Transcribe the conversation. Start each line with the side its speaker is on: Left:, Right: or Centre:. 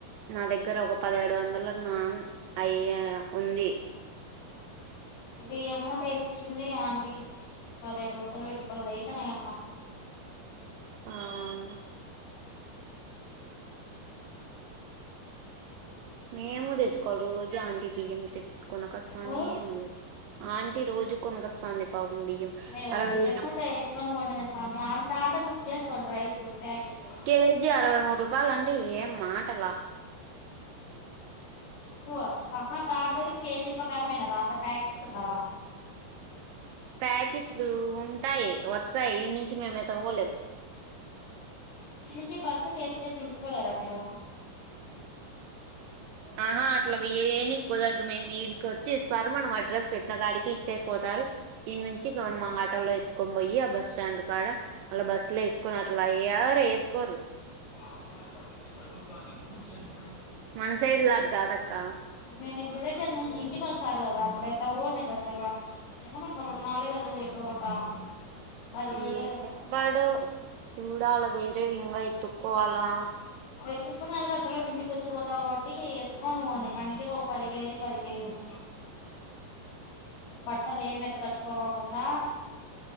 Right: నా దగ్గర ఒక పదిహేడు వందలన్న అయె ఉంది
Left: బియ్యం మూట వేపిచ్చింది ఆంటీ పదహేడు వందలు పెట్టి బలే అయిపోయినాయామ్మ
Right: అను మేము తెచ్చుకోవాల్ల రోజు అంటీ బియ్యం తెచ్చు కొనకస్తానే
Left: ఓ
Right: ఉంది ఆంటీ రోజు కొనకొస్తాంది పాపం బియ్యం
Left: మేము ఒక
Right: అరవై
Left: బియ్యం
Right: ఐదు రూ-
Left: మూట వేసుకని పోండి మే స్వామి దాంట్లో బుక్ చేసుకోండి రైస్ బ్యాకెటు
Right: కేజీ అరవై మూడు రూపాయలు అంటే ఏం మాటలా
Left: ఎక్కువ ఆహ దాంట్లోది కేజీల ప్రకారమేనా దాంట్లో ప్యాకెట్స్ ఉండవా
Right: ప్యాకెట్లు ఉంటాయి వస్తాయి ఈనుంచి మేము ఎత్తుకుపోలేము
Left: ఈనుంచి బస్సుకి యేపిత్తే తీసుకోలేరా మీరు
Right: ఆహా అట్లా ఎవీ కుదరదు మేము ఈడి ఇడికి వచ్చి ఇస్తారు మనం అడ్రస్ పెట్టిన గాడికి ఇచ్చేసి పోతారు ఇన్ని నుంచి ఇగ మనం ఆటోలో ఎత్తుకొని పోయ్యి ఆ బస్ స్టాండ్ కాడ మళ్ళా బస్సులో వేసుకొని అట్లా ఎవరు యేసుకోరు
Left: ఆయుధాలు పట్టించి ప్రభుత్వాన్నీ కూల్చేరు
Right: మన సైడ్ లాగా కాదక్క
Left: మీరు ఇంటి దగ్గర నుంచి ఇంటికి వస్తారు కదా అప్పుడు ఎత్తుకుపొండి దెండిగ ఏమున్నా ఇంగ రెన్నాళ్ళె కద ఎట్టోగట్టా పది రోజులే
Right: ఏం
Left: కదా
Right: చెప్పాడు చూడాల వేరేవి ఇంగా ఎతుక్కోవాలా
Left: ఎత్తుకునే యాలికి అంతలోపు ఇంటికి వచ్చిపోతాం కాబట్టి ఎత్తుకొని పోండి మంచికి ఒక పది కేజీలు పది కేజీలు బట్టలు ఏం ఎత్తకచ్చు పోవకుండా